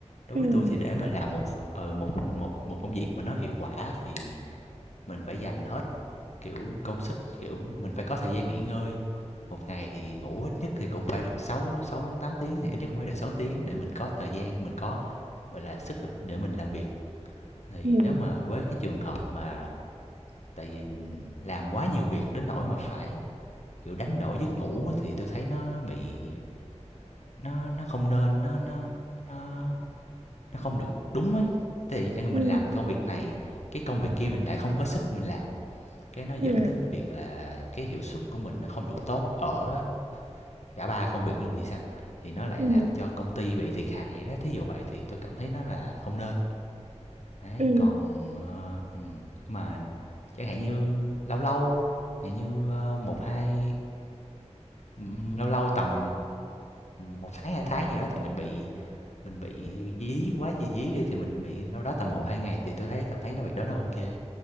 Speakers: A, on the left (about 75°); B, on the right (about 75°).
A: Đối
B: Ừ,
A: với tôi thì để mà làm một ờ một một một công việc mà nó hiệu quả thì mình phải dành hết kiểu công sức kiểu mình phải có thời gian nghỉ ngơi một ngày thì ngủ ít nhất thì cũng phải được 6 6 đến 8 tiếng thì ít nhất cũng phải được 6 tiếng để mình có thời gian mình có gọi là sức lực để mình làm việc thì
B: ừ,
A: nếu mà với cái trường hợp mà tại vì làm quá nhiều việc đến nỗi mà phải kiểu đánh đổi giấc ngủ thì tôi thấy nó bị nó nó không nên nó nó nó nó không được đúng ấy thì mình
B: ừ,
A: làm công việc này cái công việc kia mình lại không có sức mình làm Cái nó dẫn
B: ừ,
A: đến việc là cái hiệu suất của mình nó không được tốt ở cả ba công việc luôn thì sao? Thì nó lại
B: ừ,
A: làm cho công ty bị thiệt hại đó, thí dụ vậy thì tôi cảm thấy nó là không nên. Đấy,
B: ừ,
A: còn ờ, ừ, mà chẳng hạn như lâu lâu, chẳng như ờ, một hai ừ, lâu lâu tầm một tháng hai tháng gì đó thì mình bị mình bị dí quá gì dí đi thì mình bị đâu đó tầm một hai ngày thì tôi thấy cảm thấy nó việc đó nó ok